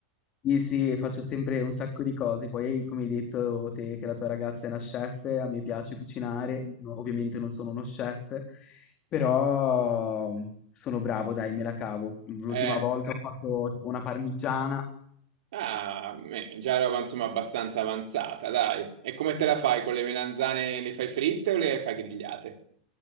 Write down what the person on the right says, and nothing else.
Eh,
Ah, beh, già roba insomma abbastanza avanzata, dai. E come te la fai con le melanzane? Le fai fritte o le fai grigliate?